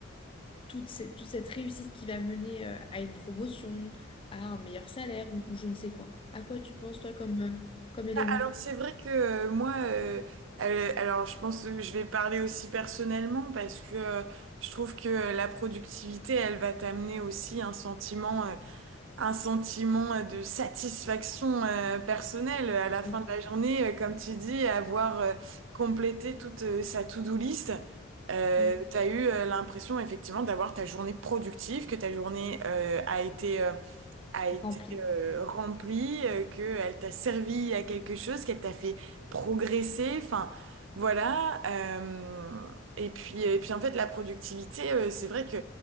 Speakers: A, on the left; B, on the right.
A: toute cette, toute cette réussite qui va mener euh, à une promotion, à un meilleur salaire ou, ou je ne sais quoi. À quoi tu penses, toi, comme, euh, comme élément?
B: Alors c'est vrai que euh, moi, euh, euh, alors je pense que je vais parler aussi personnellement parce que euh, je trouve que euh, la productivité, elle va t'amener aussi un sentiment, euh, un sentiment euh, de satisfaction euh, personnelle euh, à la fin
A: Rempli.
B: de la journée, euh, comme tu dis, avoir euh, complété toute euh, sa to-do list. Euh,
A: Mm,
B: t'as eu euh, l'impression effectivement d'avoir ta journée productive, que ta journée euh, a été euh, a été
A: Rempli.
B: euh, remplie, euh, qu'elle t'a servi à quelque chose, qu'elle t'a fait progresser, enfin voilà. euh, et puis, et puis en fait, la productivité, euh, c'est vrai que